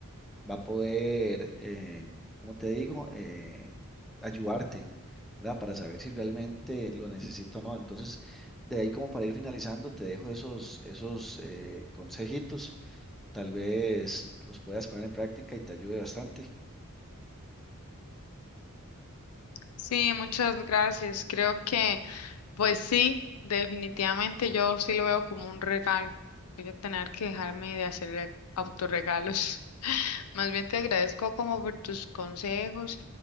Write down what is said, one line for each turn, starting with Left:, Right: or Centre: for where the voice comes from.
Centre: va a poder, eh, como te digo, eh, ayudarte, ¿verdad? Para saber si realmente lo necesito o no. Entonces, de ahí como para ir finalizando, te dejo esos, esos eh, consejitos. Tal vez los puedas poner en práctica y te ayude bastante.
Left: Sí, muchas gracias. Creo que Pues sí, definitivamente yo sí lo veo como un regalo. Voy a tener que dejarme de hacer re- autorregalos. <laughs> Más bien te agradezco como por tus consejos